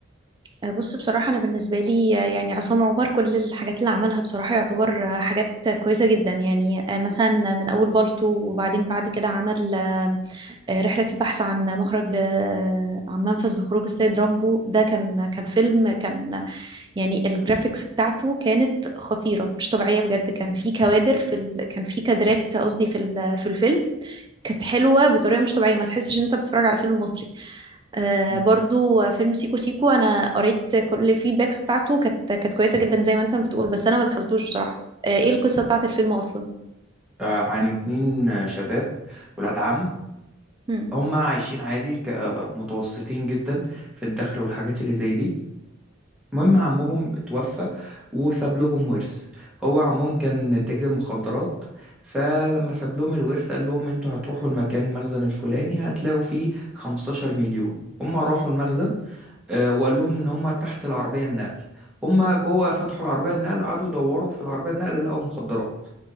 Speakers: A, on the right; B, in the centre.
A: آه، بص بصراحة أنا بالنسبة لي آه، يعني عصام عمر كل الحاجات اللي عملها بصراحة يعتبر آه، حاجات كويسة جدا يعني آه، مثلا من أول بالطو وبعدين بعد كده عمل آه، آه، رحلة البحث عن مخرج آه، عن منفذ لخروج السيد رامبو ده كان كان فيلم كان يعني الجرافيكس بتاعته كانت خطيرة مش طبيعية بجد كان في كوادر في ال... كان في كادرات قصدي في ال... في الفيلم كانت حلوة بطريقة مش طبيعية ما تحسش إن أنت بتتفرج على فيلم مصري آه
B: مم.
A: برضو فيلم سيكو سيكو انا قريت كل الفيدباكس بتاعته كانت كانت كويسه جدا زي ما انت بتقول بس انا ما دخلتوش بصراحه آه ايه القصه بتاعت الفيلم اصلا
B: آه، عن اتنين آه، شباب ولاد عم
A: مم.
B: هما عايشين عادي كمتوسطين جدا في الدخل والحاجات اللي زي دي المهم عمهم توفى وساب لهم ورث هو عمهم كان تاجر مخدرات فلما ساب لهم الورث قال لهم انتوا هتروحوا المكان المخزن الفلاني هتلاقوا فيه 15 مليون هما راحوا المخزن آه، وقال لهم ان هم تحت العربيه النقل هم جوه فتحوا العربيه النقل قعدوا يدوروا في العربيه النقل لقوا مخدرات